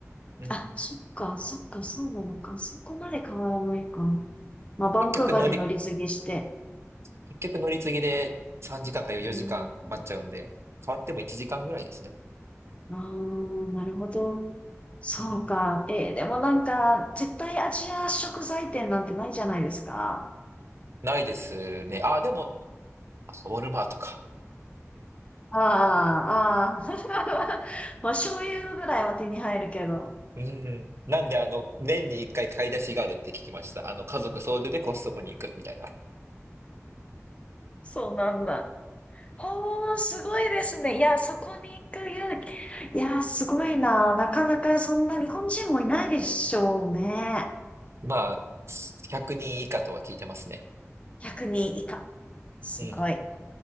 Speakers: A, on the right; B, on the left.
A: うん。
B: あ、そっか、そっか、そうなのか。そこまで変わらないか。まあ、バンクーバーで乗り継ぎして。
A: 結局乗り、結局乗り継ぎで3時間か4時間待っちゃうんで、
B: うん
A: 変わっても1時間ぐらいですね。
B: ああ、なるほど。そうか。
A: うん
B: えーでもなんか、絶対アジア食材店なんてないじゃないですか。
A: ないですね。あ、でも、あウォルマートか。
B: ああ、ああ。<laughs> まあ、醤油ぐらいは手に入るけど。
A: うん。なんで、あの、年に一回買い出しがあるって聞きました。あの、家族総出でコストコに行くみたいな。
B: そうなんだ。おー、すごいですね。いや、そこに行く勇気。いや、すごいな。なかなかそんな日本人もいないでしょうね。
A: まあ、100人以下とは聞いてますね。
B: 100人以下。すごい。
A: うん。